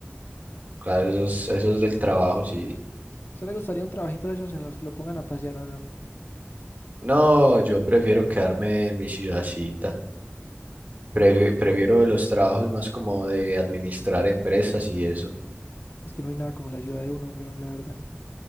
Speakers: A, on the right (about 45°); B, on the left (about 55°).
A: Claro, esos, esos del trabajo, sí.
B: ¿A usted le gustaría un trabajito de esos en los que lo pongan a pasear o no?
A: No, yo prefiero quedarme en mi ciudadcita. Prefi- prefiero los trabajos más como de administrar empresas y eso.
B: Es que no hay nada como la ciudad de uno, weón, la verdad.